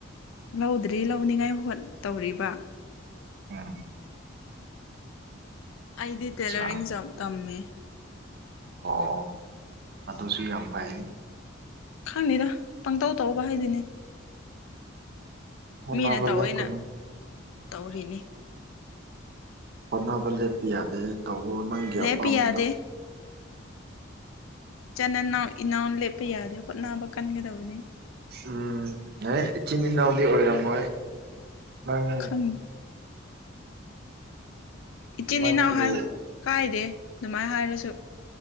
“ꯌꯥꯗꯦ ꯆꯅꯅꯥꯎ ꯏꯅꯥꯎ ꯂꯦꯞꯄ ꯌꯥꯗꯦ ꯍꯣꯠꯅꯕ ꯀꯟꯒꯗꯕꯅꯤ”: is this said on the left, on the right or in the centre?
Left